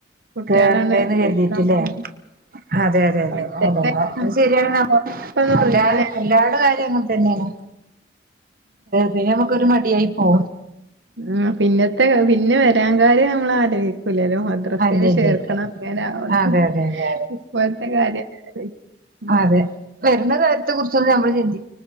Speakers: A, on the right; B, on the right.
A: കുട്ട്യേളാണ്ട്
B: കേറണ്ടേന്ന് കരുതിയിട്ടില്ലേ
A: വിളിക്കാൻ പോവാ
B: അതെ അതെ
A: പോണ
B: അതെ അത് ശരിയാണ് എല്ലാ എല്ലാവരുടെയും കാര്യത്ത ക്കെ അങ്ങനത്തന്നാണ് പിന്നെ നമുക്കൊരു മടിയായി ഓ
A: ആ പിന്നെത്തേ പിന്നെ വരാൻ കാര്ര്യംനമ്മളറീ ക്കൂലല്ലോ മദ്രസയിൽ
B: അല്ല ഇല്ല
A: ചേർക്കണം
B: ഇല്ല
A: <unintelligible>
B: അതെ അതെ അതെ
A: ഇതുപോലത്തെ കാര്യം ഉം
B: അതേ വരണ നേരത്തെ കുറിച്ചൊന്നും നമ്മൾ ചിന്തി